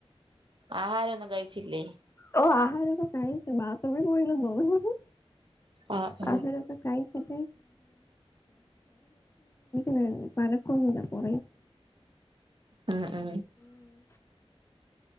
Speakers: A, on the right; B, on the left.
A: ആഹാരംന്നും കഴിച്ചില്ലേ
B: ഓ ആഹാരൊക്കെ കഴിക്കും. ബാത്‌റൂമിൽ പോയില്ലേ ന്നെ ഒള്ളൂ.
A: ആ ആ
B: ബാക്കി ഒക്കെ <unintelligible> കുറതാണ്
A: ആ ആ